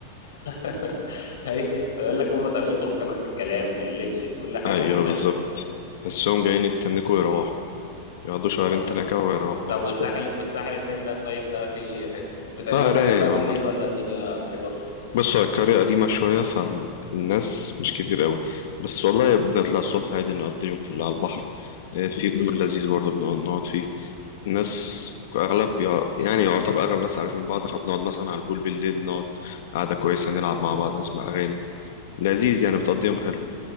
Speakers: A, on the left; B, on the left.
A: <laughs> اي ويقول لك هم طريقتهم كمان في الكلام في اللبس في كل حاجه
B: أيوه
A: مختلفه
B: بالظبط تحسهم جايين يتنكوا ويروحوا يقعدوا شهرين
A: أي.
B: تنكة ويروحوا
A: طب
B: خلاص
A: والساحل
B: كده
A: والساحل التاني ده طيب ده فيه ايه حلو بتعملوا
B: لا
A: حاجه
B: رايق
A: بقى بالليل
B: والله
A: ولا الدنيا حلوه
B: بص هو القرية قديمة شوية فالناس مش كتير قوي بس والله بنطلع الصبح عادي نقضي يوم في اللي على البحر آه، في بول لذيذ برضه بنقعد نقعد فيه الناس أغلب يع- يعني يعتبر أغلب الناس عارفين بعض فبنقعد مثلا على البول بالليل نقعد قعدة كويسة نلعب مع بعض نسمع أغاني لذيذ يعني بتقضي يوم حلو